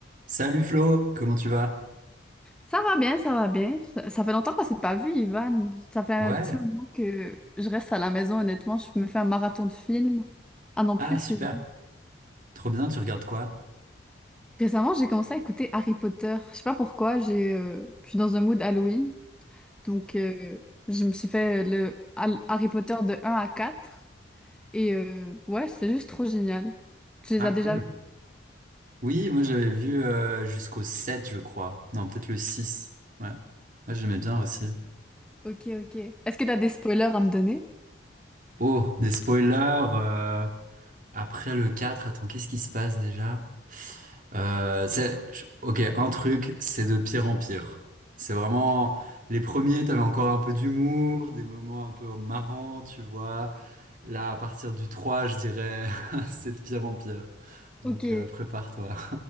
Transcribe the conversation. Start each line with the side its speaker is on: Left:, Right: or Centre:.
Right: Salut Flo, comment tu vas?
Centre: Ça va bien, ça va bien. Ça ça fait longtemps qu'on s'est pas vu, Ivan. Ça fait un
Right: Ouais,
Centre: petit moment que je reste à la maison, honnêtement. Je me fais un marathon de films. Ah non,
Right: ah
Centre: plus
Right: super,
Centre: fini.
Right: trop bien, tu regardes quoi?
Centre: Récemment, j'ai commencé à écouter Harry Potter. Je sais pas pourquoi, j'ai, euh, je suis dans un mood Halloween. Donc, euh, je me suis fait le Hal- Harry Potter de un à 4. Et euh, ouais, c'est juste trop génial. Tu les
Right: Ah
Centre: as déjà
Right: cool. Oui, moi j'avais vu euh, jusqu'au 7, je crois, non peut-être le 6. ouais, ouais j'aimais bien aussi.
Centre: Ok, ok. Est-ce que t'as des spoilers à me donner?
Right: Oh, des spoilers, euh, après le 4, attends qu'est-ce qui se passe déjà? Euh, c'est, je- ok, un truc, c'est de pire en pire. C'est vraiment, les premiers t'avais encore un peu d'humour, des moments un peu marrants, tu vois. Là à partir du 3, je dirais, <laughs> c'est de pire en pire. Donc
Centre: Ok,
Right: euh, prépare-toi.